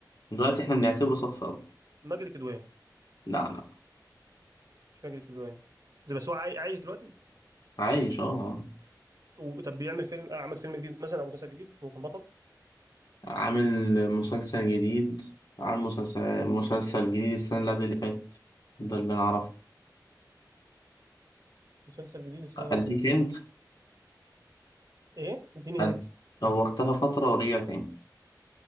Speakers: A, on the left; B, on the right.
A: دلوقتي احنا بنعتبره صف أول
B: ماجد الكدواني
A: لا لا
B: مش ماجد الكدواني ده بس هو عاي- عايش دلوقتي
A: عايش اه آه.
B: و- طب بيعمل فيلم عمل فيلم جديد مثلا او مسلسل جديد هو كان بطل
A: عامل مسلسل جديد عامل مسلسل مسلسل جديد السنة اللي قبل اللي فاتت ده اللي أنا أعرفه
B: مسلسل جديد السنه
A: أديك
B: اللي فاتت
A: أنت
B: ايه اديني
A: أد-
B: هنت
A: هو اختفى فترة ورجع تاني